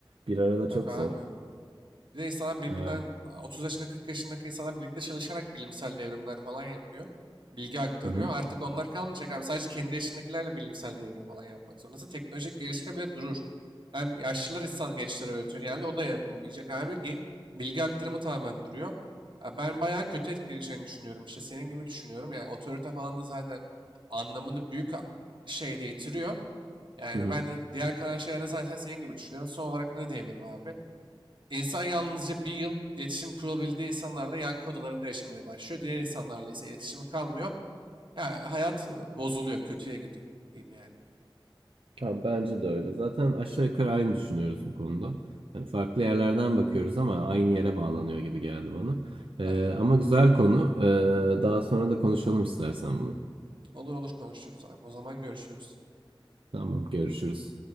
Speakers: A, on the right; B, on the right.
A: Bir arada
B: Tabii
A: çok
B: abi.
A: zor.
B: Bir de insanlar birbirinden
A: Evet.
B: 30 yaşında 40 yaşındaki insanlar birlikte çalışarak bilimsel devrimler falan yapıyor. Bilgi aktarıyor.
A: Hı hı.
B: Artık onlar kalmayacak abi. Sadece kendi yaşındakilerle bilimsel devrim falan yapmak zorundasın. Teknolojik gelişme bile durur. Hem yaşlılar insan gençlere öğretiyor genelde. O da yapılmayacak abi. Ge- Bilgi aktarımı tamamen duruyor. Ya Ben bayağı kötü etkileyeceğini düşünüyorum. İşte senin gibi düşünüyorum. Yani otorite falan da zaten anlamını büyük a- şeyde yitiriyor. Yani
A: Hı hı.
B: ben de diğer kalan şeylerde zaten senin gibi düşünüyorum. Son olarak ne diyebilirim abi? İnsan yalnızca bir yıl iletişim kurabildiği insanlarla yankı odalarında yaşamaya başlıyor. Diğer insanlarla ise iletişimi kalmıyor. Ya hayat e, bozuluyor, kötüye gidiyor diyeyim yani.
A: Ya bence de öyle. Zaten aşağı yukarı aynı düşünüyoruz bu konuda. Hani farklı yerlerden bakıyoruz ama aynı yere bağlanıyor gibi geldi bana. Ee,
B: Aynen.
A: ama güzel konu. Ee, daha sonra da konuşalım istersen bunu.
B: Olur olur konuşuruz abi. O zaman görüşürüz.
A: Tamam, görüşürüz.